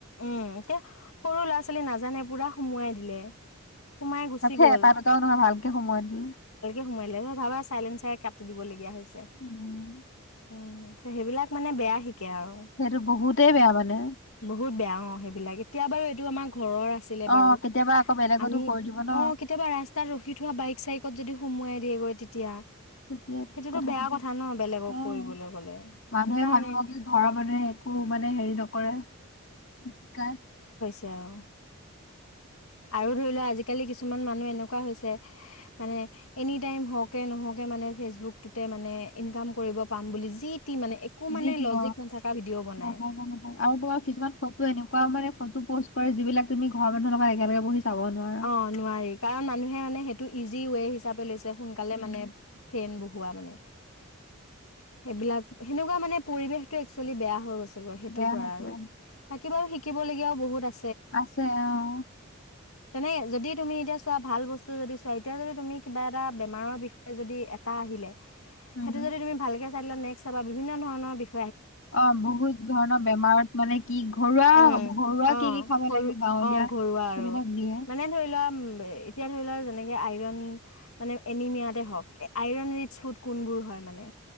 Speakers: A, on the left; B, on the left.
A: উম ত সৰু ল'ৰা ছোৱালী সেইফালে নাজানে পুৰা সুমোৱাই দিলে সোমাই গুচি
B: তাকে
A: গ'ল
B: এটা দুটামান মানৰ মানুহ ভালকে সোমোআয় দিলে
A: সোমাই লয় ভাবা চাইলেনঞ্চাৰ কাটি দিবলগীয়া হয় গৈছে ছে
B: উম
A: উম সেইবিলাক মানে বেয়া শিক আৰু
B: সেইটো বহুতেই বেয়া মানে
A: বহুত বেয়া অ সেইবিলাক এতিয়া বাৰু টো আমাক ঘৰৰ আছিলে
B: অ'
A: বাৰু
B: কেতিয়াবা আকৌ বেলেগতো
A: আমি
B: কৰি দিব ন
A: অ কেতিয়াবা ৰাস্তাত ৰখি দিও এক চাইকত যদি সোমোৱাই দিয়েগৈ তেতিয়া
B: তেতিয়াই
A: সেইটোতো
B: কথাটো
A: বেয়া কথা ন বেলেগক
B: আহ
A: কৰিবলৈ গ'লে
B: মানুহে
A: সেইকাৰণে
B: ভাবিব কি ঘৰৰ মানুহে একো মানে হেৰি নকৰে শিকায়
A: তেওঁৰ আৰু ধৰি লোৱা আজিকালি কিছুমান মানুহ এনেকুৱা হৈছে মানে এনি টাইম হওক এনেকে নহকে মানে ফেচবুকটোতে মানে ইনকাম কৰিব পাম বুলি যি টি মানে একো মানে
B: যি দিয়
A: লজিক নাথাকা ভিডিঅ' বনাই
B: নাভাবে় আৰু তোমাৰ কিছুমান ফটো এনেকুৱা মানে ফটো পজ যিবিলাক তমি ঘৰ মানুহ লগ পৰা একেলগ বহি চাব নোৱাৰা
A: অ নোৱাৰি কাৰণ মানুহে মানে সেইটো ইজি ৱে হিচাপে লৈছে সোনকালে
B: উম
A: মানে ফেন বহুত মানে সেইবিলাক সেনেকুৱা মানে পৰিবেশটো একচুৱেলি বেয়া হৈ গৈছে সেইটোৰ
B: বেয়া
A: পৰা
B: হৈছে
A: আৰু
B: বেয়া হৈছে
A: বাকী বাৰু সি শিকিব লগীয়া বহুত আছে
B: আছে অহ
A: তেনে যদি তুমি এতিয়া চোৱা ভাল বস্তু যদি চোৱা এতিয়া যদি তুমি কিবা এটা বেমাৰৰ বিষয়ে যদি এটা আহিলে
B: উম
A: সেইটো যদি তুমি ভালকে চাইল নেক্স চাবা বিভিন্ন ধৰণৰ বি়ষয়
B: অ বহুত ধৰণৰ বেমাৰত মানে কি ঘৰুৱা
A: উম,
B: ঘৰুৱা
A: অ',
B: কি কি খাব
A: ঘৰু
B: লাগে গাঁৱলীয়া
A: অ', ঘৰুৱা
B: সেইবিলাক
A: আৰু।
B: দিয়ে
A: মানে ধৰি লোৱা উম এতিয়া ধৰি লওক যেনেকৈ আইৰণ মানে এনিমিয়াতে হওক আইৰণ ৰিচ ফুড কোনবোৰ হয় মানে